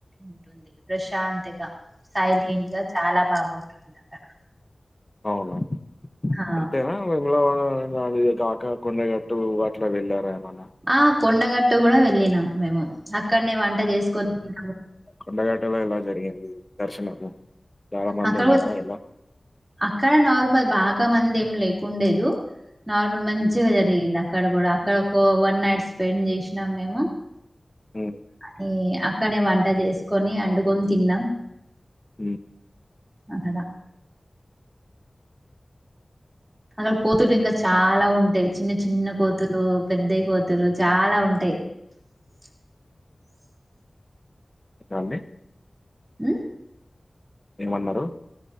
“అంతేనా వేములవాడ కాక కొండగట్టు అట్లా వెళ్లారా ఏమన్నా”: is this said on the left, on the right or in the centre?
Left